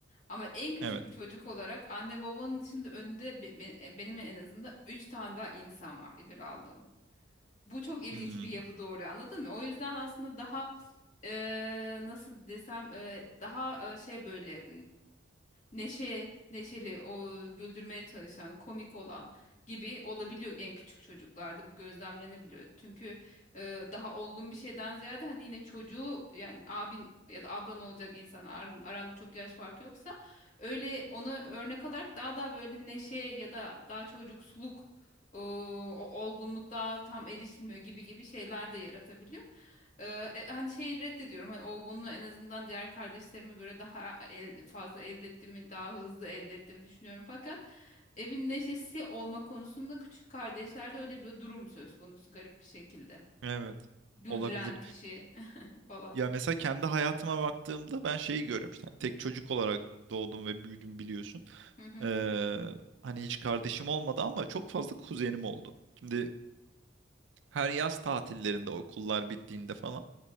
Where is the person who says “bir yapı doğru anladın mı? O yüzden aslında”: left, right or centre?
Left